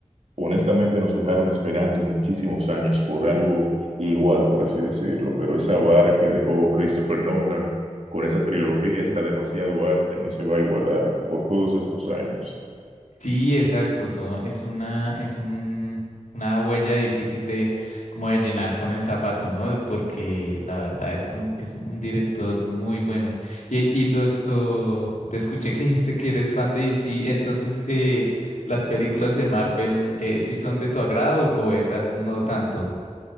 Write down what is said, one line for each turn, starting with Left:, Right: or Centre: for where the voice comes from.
Right: Honestamente nos dejaron esperando muchísimos años por algo igual, por así decirlo, pero esa vara que dejó Christopher Nolan con esa trilogía está demasiado alta y no se va a igualar por todos estos años.
Left: Sí, exacto. Son, es una, es un, una huella difícil de como de llenar con el zapato, ¿no? Porque la verdad es un, es un director muy bueno. Y, y los, lo, te escuché que dijiste que eres fan de DC, entonces eh, ¿las películas de Marvel eh, sí son de tu agrado o esas no tanto?